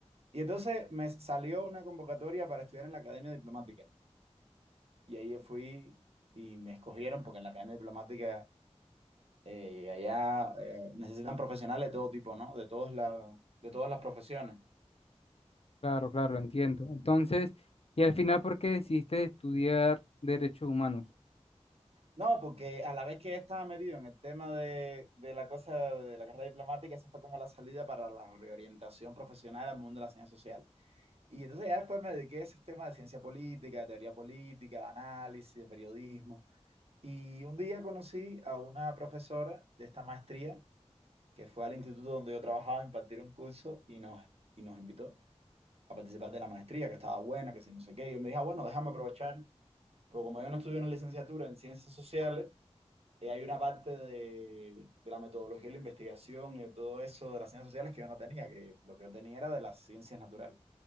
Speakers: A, on the right (about 60°); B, on the left (about 60°).
A: Y entonces me salió una convocatoria para estudiar en la Academia Diplomática. Y ahí yo fui y me escogieron, porque en la Academia Diplomática eh, allá eh, necesitan profesionales de todo tipo, ¿no? De todos la- de todas las profesiones.
B: Claro, claro, entiendo. Entonces, y al final, ¿por qué decidiste estudiar derechos humanos?
A: No, porque a la vez que estaba metido en el tema de, de la cosa de la carrera diplomática, esa fue como la salida para la reorientación profesional al mundo de la ciencia social. Y entonces ya después me dediqué a ese tema de ciencia política, de teoría política, de análisis, de periodismo. Y un día conocí a una profesora de esta maestría que fue al instituto donde yo trabajaba a impartir un curso y nos, y nos invitó a participar de la maestría, que estaba buena, que si no sé qué. Y yo me dije, "Ah, bueno, déjame aprovechar, porque como yo no estudié una licenciatura en ciencias sociales, eh, hay una parte de, de la metodología de la investigación y de todo eso de las ciencias sociales que yo no tenía, que lo que yo tenía era de las ciencias naturales.